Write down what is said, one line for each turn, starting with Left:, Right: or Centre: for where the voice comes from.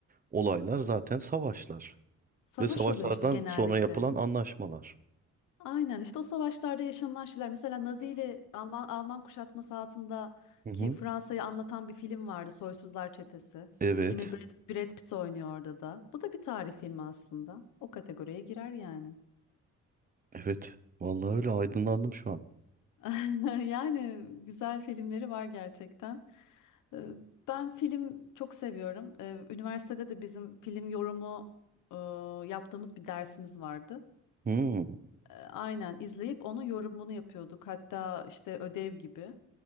Right: olaylar zaten savaşlar
Left: Savaş
Right: ve savaşlardan
Left: oluyor işte genellikle.
Right: sonra yapılan anlaşmalar.
Left: Aynen işte o savaşlarda yaşanılan şeyler. Mesela Nazi ile Alman, Alman kuşatması altındaki
Right: Hı hı.
Left: Fransa'yı anlatan bir film vardı. Soysuzlar Çetesi.
Right: Evet.
Left: Yine Brad, Brad Pitt oynuyor orada da. Bu da bir tarih filmi aslında. O kategoriye girer yani.
Right: Evet. Vallahi öyle aydınlandım şu an.
Left: <laughs> Yani güzel filmleri var gerçekten. Ee, Ben film çok seviyorum. Ee, Üniversitede de bizim film yorumu e, yaptığımız bir dersimiz vardı.
Right: Hmm,
Left: Ee, Aynen izleyip onun yorumunu yapıyorduk. Hatta işte ödev gibi.